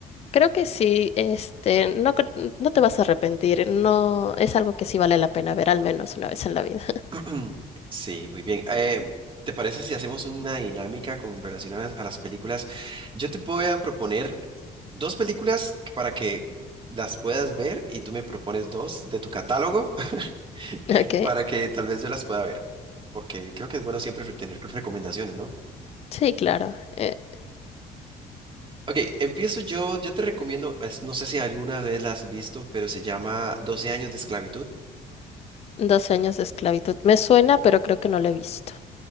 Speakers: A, on the left; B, on the right.
A: creo que sí, este, no, cre- no te vas a arrepentir, no, es algo que sí vale la pena ver al menos una vez en la vida.
B: <clears throat> Sí, muy bien. Eh, ¿te parece si hacemos una dinámica con relación a las, a las películas? Yo te voy a proponer dos películas para que las puedas ver y tú me propones dos de tu catálogo <laughs>
A: <laughs> Ok,
B: para que tal vez yo las pueda ver, porque creo que es bueno siempre tener recomendaciones, ¿no? <clears throat>
A: sí, claro, eh,
B: Ok, empiezo yo. Yo te recomiendo, es- no sé si alguna vez la has visto, pero se llama Doce años de esclavitud.
A: 12 años de esclavitud, me suena, pero creo que no la he visto.